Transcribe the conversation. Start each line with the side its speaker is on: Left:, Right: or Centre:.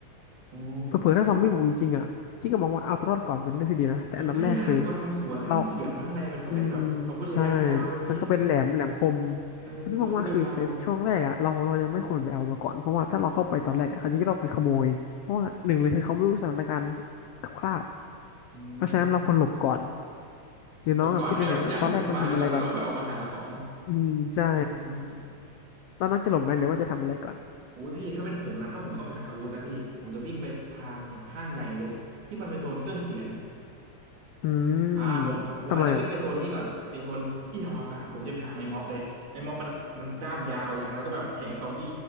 Right: โอ้
Left: เผื่อๆถ้าซอมบี้บุกจริงๆอ่ะพี่ก็มองว่าเอาตัวรอดก่อนเป็นเรื่องที่ดีนะแต่อันดับแรกคือ
Right: เออใช่ร้านอุปกรณ์ทำสวนทั้งเสียมทั้งอะไรมันก็เป็นแบบอาวุธระยะยาวด้วยพี่
Left: เราอืมใช่มันก็เป็นแหลมแหลมคม
Right: เอออาวุธยาว
Left: แล้วพี่มองว่าคือในช่วงแรกอ่ะเราเรายังไม่ควรไปเอามาก่อนเพราะว่าถ้าเราเข้าไปตอนแรกเนี่ยเขาจะคิดเราเป็นขโมยเพราะว่าหนึ่งเลยคือเขาไม่รู้สถานการณ์คร่าว
Right: อื
Left: ๆเพราะฉะนั้นเราควรหลบก่อน
Right: ม
Left: หรือน้องอะคิดยังไงตอนแรกควรทำอะไรก่อน
Right: ลบก่อนให้แบบทุกอย่างมันวุ่นวายไปก่อนแล้วเราค่อยออกมาหาของ
Left: อืมใช่
Right: อ๋อ
Left: แล้วน้องจะหลบไหมหรือว่าจะทำอะไรก่อน
Right: โอ้ยพี่ถ้าเป็นผมนะถ้าผมต้องหาอาวุธนะพี่ผมจะวิ่งไปทางห้างใหญ่เลยที่มันเป็นโซนเครื่องเขียน
Left: อืม
Right: อ่าผมผมอาจจะวิ่งไปโซนนี้ก่อนไปโซนที่ทำความสะอาดผมจะไปหาไม้ม็อบเลยไม้ม็อบมันมันด้ามยาวอย่างไรก็แบบแทงซอมบี้
Left: ทำไมอะ